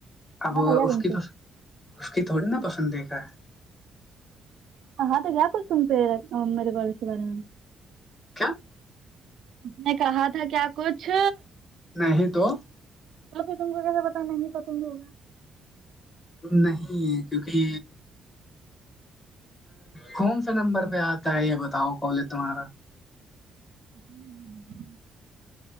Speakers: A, on the left (about 20°); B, on the right (about 70°).
A: اب
B: کیا
A: اس
B: تم
A: کی
B: سے
A: پس اس کی تھوڑی نا پسند د گا ہے
B: ہاں تو کیا کر سم پہا میرے کالج کے بارے میں
A: کیا <unintelligible> <inaudible>
B: اس نے کہا تھا کیا کچھ
A: نہیں تو
B: توب پھر تم کو کیسے پتا نہیں تو تم ہوا
A: نہیں ہے کیونکہ کون سےا نمبر پہ آتا ہے یہ بتاؤ کالج تمہارا
B: ہ <unintelligible> <inaudible>